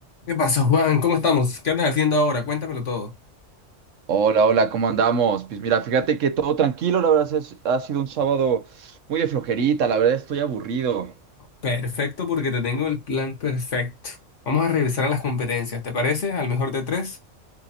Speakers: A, on the left; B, on the right.
A: ¿Qué pasa, Juan? ¿Cómo estamos? ¿Qué andas haciendo ahora? Cuéntamelo todo.
B: Hola, hola, ¿cómo andamos? Pues mira, fíjate que todo tranquilo, la verdad es- ha sido un sábado muy de flojerita, la verdad estoy aburrido.
A: Perfecto, porque te tengo el plan perfecto. Vamos a regresar a las competencias, ¿te parece? Al mejor de tres.